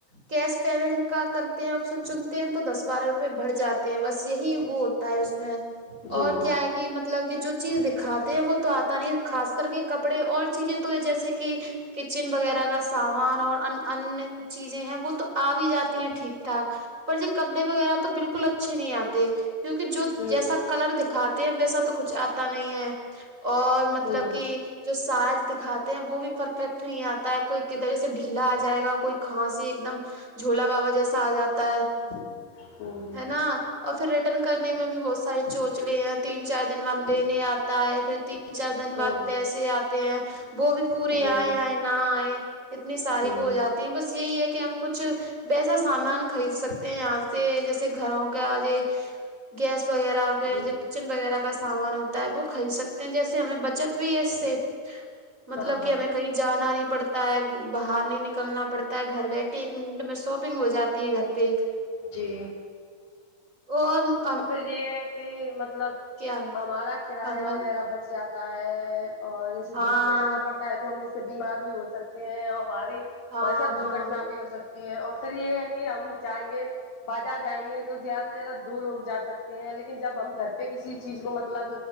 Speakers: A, on the right (about 20°); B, on the left (about 85°).
A: کیش پیمنٹ کا کرتے ہیں آپشن چنتے ہیں تو دس بارہ روپئے بڑھ جاتے ہیں بس یہی وہ ہوتا ہے اس میں
B: جی
A: اور
B: ہاں
A: کیا ہے کہ مطلب کہ جو چیز دکھاتے ہیں وہ تو آتا نہیں خاص کر کے کپڑے اور چیزیں تو ہے جیسے کہ کچن وغیرہ کا سامان اور ان ان چیزیں ہیں وہ تو آ بھی جاتی ہیں ٹھیک ٹھاک پر یہ کپڑے وغیرہ تو بالکل اچھے نہیں آتے کیونکہ جو
B: ہوں
A: جیسا کلر دک کھاتے ہیں پیسا تو کچھ آتا نہیں ہے اور مطلب
B: ہوں
A: کہ جو ساز دکھاتے ہیں وہ بھی پرفیکٹ نہیں آتا کوئی کی در سے ڈھیلا آ جائے گا کوئی کھانسی ایک دم جھولا بابا جیسا آ جاتا ہے
B: ہوں
A: ہے نا اور پھر ریٹرن کرنے میں بھی بہت سارے چوچ لے ہیں تین چار دن بعد لینے آتا ہے پھر تین تین چار دن
B: ہوں
A: بعد پیسے آتے ہیں وہ بھی پورے
B: جی
A: آئے آئے نہ آئے اتنی ساری
B: ہوں
A: وہ ہو جاتی ہیں بس یہی ہے کہ ہم کچھ ویسا سامان خرید سکتے ہیں یہاں سے جیسے گھروں کا یہ گیس وغیرہ
B: جی
A: جو کچن وغیرہ کا سامان ہوتا ہے وہ خرید سکتے ہیں جیسے ہمیں بچت پی ایس اے مطلب
B: ہاں ہاں
A: کہ ہمیںں کئی جانا نہیں پڑتا ہے باہر نہیں نکلنا پڑتا ہے گھر بیٹھے ایک منٹ میں شاپنگ ہو جاتی ہے گھر بیک
B: جی
A: اوم
B: تو پھر یہ ہے کہ مطلب
A: کیا
B: ہمارا کرایہ
A: فرمائی
B: وغیرہ بچ جاتا تا ہے اور جیسے
A: ہاں
B: دھوپ میں جانا پڑتا ہے تو ہم اس سے بیمار بھی ہو سکتے ہیں اور ہمارے ہمارے
A: ہاں
B: ساتھ درگٹنا
A: ہاں
B: بھی ہو سکتی یہ اور پھر یہ ہے کہ ہم جائیں گے بازار جائیں گے تو زیادہ سے زیادہ دو لوگ جا سکتے ہیں لیکن جب ہم گھر پہ کسی چیز کو مطلب